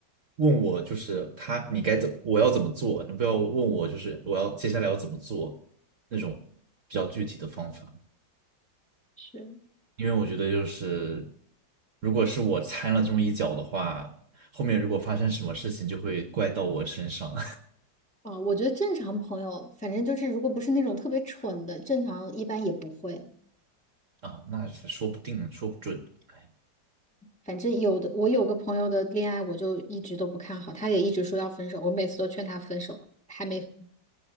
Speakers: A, on the right; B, in the centre.
A: 问我，就是他你该怎我要怎么做，你不要问我就是我要接下来要怎么做那种比较具体的方法。
B: 是。
A: 因为我觉得就是，如果是我掺了这么一脚的话，后面如果发生什么事情，就会怪到我身上
B: 啊。我觉得正常朋友，反正就是如果不是那种特别蠢的，正常一般也不会。
A: <laughs> 啊，那是说不定，说不准。哎，
B: 反正有的，我有个朋友的恋爱，我就一直都不看好，他也一直说要分手，我每次都劝他分手，还没，